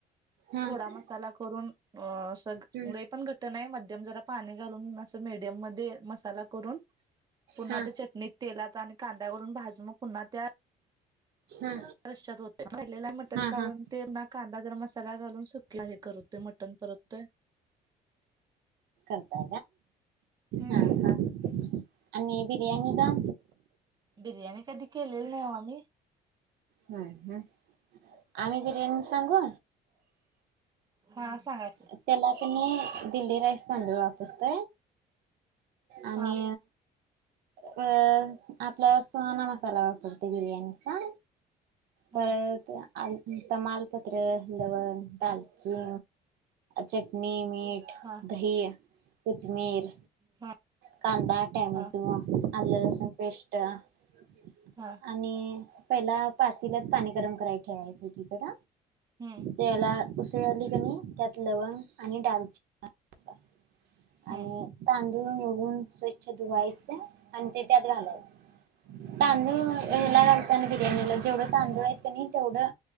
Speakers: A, on the right (about 75°); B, on the right (about 25°).
A: हम्म
B: थोडा मसाला करून स
A: हम्म
B: पण घ मम जरा पाणी घालून अस मडयम मध्ये मसाला करून पुन्हा
A: हा
B: त चटणीत तेलात आणि कां वून भाजू मग पुन्हा त्या
A: हा
B: रश्यात होते पहिलेला मटण
A: हा
B: काढून
A: हा
B: ते ना कांदा जर मसाला घालून सुकला हे करतते मटण परततेोय.
A: त का
B: हम्म
A: हा हा आणि बिर्याणी द
B: बिर्याणी कधी केलेली नाही. आम्ही
A: हम् हम आम्ही किती सांगू
B: हा सांगा की
A: त्याला क म दिल्ली राय सांज वापत. आणि
B: हा
A: अ आपल्या सोहाणा मसाला वापरते बिर्याणी का
B: हा
A: परत आ तमालपत्र लवण दालची चटणी मीठ
B: हा
A: दहया खमीर
B: हा
A: कांदा टॅमाे
B: हा
A: टूमा आल्या सोप इष्ट आणि
B: हा
A: पहि पा तिलात पाणी गरम कराय ठेवायच एकीकड.
B: हम्म
A: तेला
B: हम्म
A: उे लीणी त्यात लवंग आणि दालचिनी घालायचं. आणि
B: हम्म
A: तां ून निवडून स्वच्छ धुवायचे आणि ते त्यात घालायचे. तांदूळ
B: हम्म
A: हेला घालतना बिर्याणीला जेवढंच. तांदूळ आहेत क नाही तेवढं